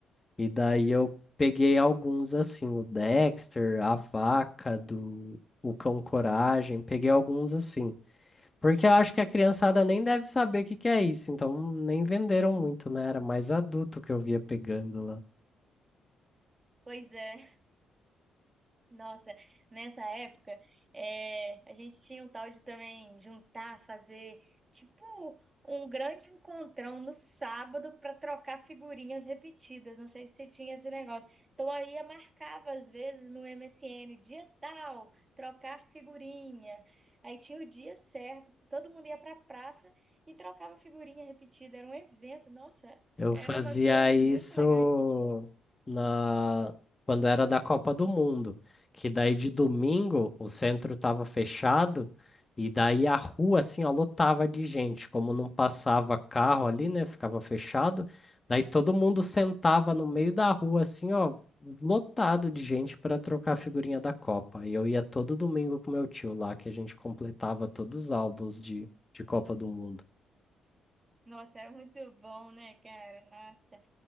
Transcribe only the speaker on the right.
Pois é. Nossa, nessa época, é, a gente tinha o tal de também juntar, fazer tipo um grande encontrão no sábado para trocar figurinhas repetidas. Não sei se você tinha esse negócio. Então aí eu marcava às vezes no MSN, dia tal, trocar figurinha. Aí tinha o dia certo, todo mundo ia para a praça e trocava figurinha repetida. Era um evento, nossa,
eram
umas coisas
muito legais que tinha.
Nossa, era muito bom, né, cara? Nossa.